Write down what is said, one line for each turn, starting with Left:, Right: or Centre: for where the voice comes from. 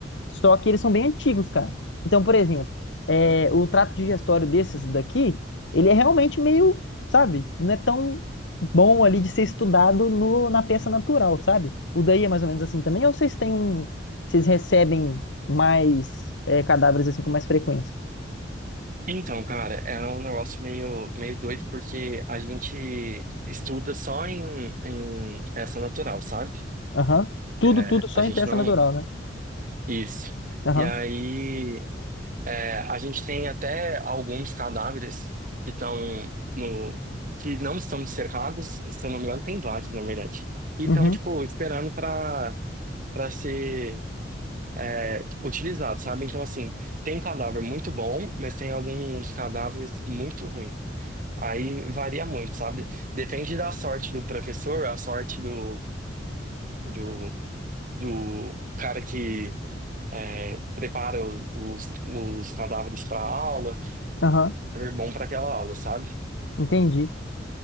Left: Só que eles são bem antigos, cara. Então, por exemplo, é, o trato digestório desses daqui, ele é realmente meio, sabe, não é tão bom ali de ser estudado no, na peça natural, sabe? O daí é mais ou menos assim também, ou vocês têm um. Vocês recebem mais é, cadáveres assim com mais frequência?
Right: Então, cara, é um negócio meio, meio doido porque a gente estuda só em, em peça natural, sabe?
Left: Aham. Tudo,
Right: É,
Left: tudo só
Right: a gente
Left: em peça
Right: não.
Left: natural, né?
Right: Isso.
Left: Aham.
Right: E aí, é, a gente tem até alguns cadáveres que estão no. que não estão secados, se eu não me engano, tem vários, na verdade. E
Left: Uhum.
Right: estão, tipo, esperando para para ser é, utilizados, sabe? Então, assim, tem cadáver muito bom, mas tem alguns cadáveres muito ruins. Aí varia muito, sabe? Depende da sorte do professor, a sorte do, do, do cara que é, prepara o- os, os cadáveres para aula,
Left: Aham.
Right: é bom para aquela aula, sabe?
Left: Entendi.